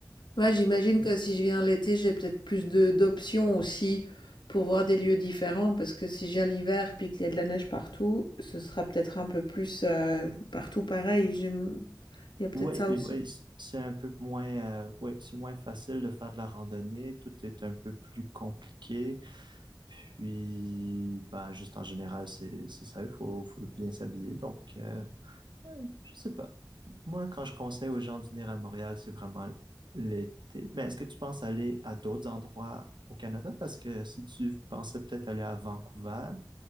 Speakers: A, on the left; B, on the right.
A: Ouais, j'imagine que si je viens l'été, j'ai peut-être plus de d'options aussi pour voir des lieux différents, parce que si je viens l'hiver puis qu'il y a de la neige partout, ce sera peut-être un peu plus euh, partout pareil. J'im- Il y a peut-être
B: Ouais,
A: ça
B: et
A: aussi.
B: ouais, c'est un peu moins, euh, ouais, c'est moins facile de faire de la randonnée. Tout est un peu plus compliqué. Puis, bah, juste en général, c'est, c'est ça. Il faut, faut bien s'habiller. Donc, euh, je sais pas. Moi, quand je conseille aux gens de venir à Montréal, c'est vraiment l'été. Mais est-ce que tu penses aller à d'autres endroits au Canada? Parce que si tu pensais peut-être aller à Vancouver,